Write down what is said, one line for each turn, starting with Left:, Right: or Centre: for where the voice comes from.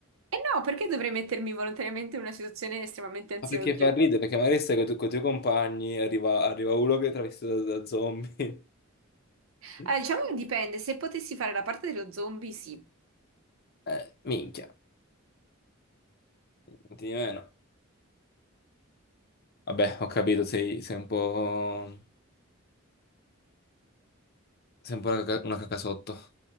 Right: E no, perché dovrei mettermi volontariamente in una situazione estremamente ansiosa?
Left: Ma perché fa ridere? Perché magari stai con, i tu- con i tuoi compagni, arriva, arriva uno che è travestito da, da zombie. <laughs>
Right: Allora, diciamo che dipende, se potessi fare la parte dello zombie, sì.
Left: Eh, minchia, non ti di meno. Vabbè, ho capito, sei, sei un po'... Sei un po' una caca- una cacasotto.